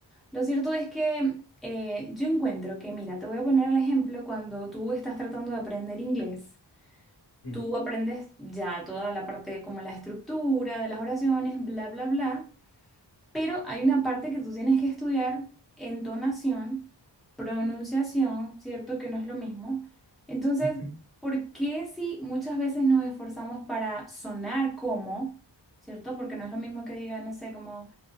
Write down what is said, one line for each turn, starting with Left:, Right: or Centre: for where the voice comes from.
Centre: Lo cierto es que eh, yo encuentro que, mira, te voy a poner el ejemplo cuando tú estás tratando de aprender inglés.
Left: Mm.
Centre: Tú aprendes ya toda la parte como la estructura de las oraciones, bla, bla, bla, pero hay una parte que tú tienes que estudiar, entonación, pronunciación, ¿cierto? Que no es lo mismo. Entonces,
Left: <laughs> Ujú.
Centre: ¿por qué si muchas veces nos esforzamos para sonar como, ¿cierto? Porque no es lo mismo que diga, no sé, como...